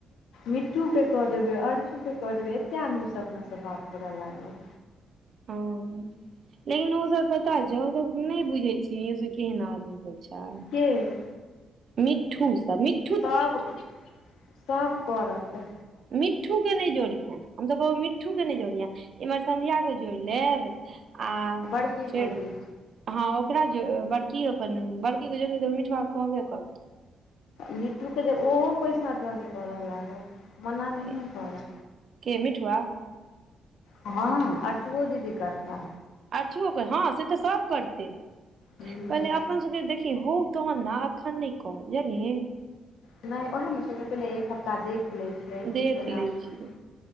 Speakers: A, on the left; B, on the right.
A: मिट्टूके कऽ देबै अरछूके कऽ देबै एतेक आदमीसँ अपनासँ बात करऽ लागल
B: हँ लेकिन ओ सब पता छौ सब नय बुझे छी सब केहना आदमी सब छै
A: क
B: मिठ्ठू सब मिठ
A: सब सब करतै
B: मिठ्ठू के नय जोड़ी हैं हम तऽ कह मिट्ठू के नय जोड़िये इम्हर संन्याके जोइड़ लेब आ
A: बड़की भौजी
B: फेर हँ ओकरा ज बड़की अपन बड़की के जोड़ी मीठुआ कहबे करै
A: मिट्ठू के जे ओहो पैसा दारी करय लागत मना नहियें
B: के
A: करै
B: के मिठुआ
A: हँ अर्चो दीदी करता
B: अरछु कर हँ से तऽ सब करतै
A: हूँ
B: पहिले अपन सब के देखिहि हौ तहन ने आखान नय कह जानी
A: नय उएहमे सबसँ पहिले एक हफ्ता देख लै छियै
B: देख
A: की केना
B: लै
A: होइ
B: छियै